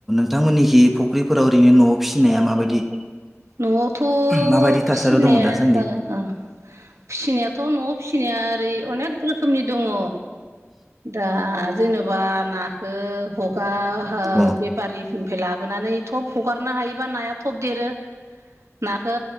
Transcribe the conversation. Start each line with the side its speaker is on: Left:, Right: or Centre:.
Centre: नोंथांमोननिखि फुख्रिफोराव ओरैनो न'आव फिसिनाया माबायदि?
Right: न'आवथ'
Centre: माबायदि
Right: फिसिनाया
Centre: थासारियाव दङ दासान्दि
Right: ओ ओ फिसिनायाथ' न'आव फिसिनाया ओरै अनेक रोखोमनि दङ'। दा जेन'बा नाखो <unintelligible>
Centre: औ
Right: पेपारि फोरनिफ्राय लाबोनानै थब हगारनो हायोबा नाया थब देरो नाखो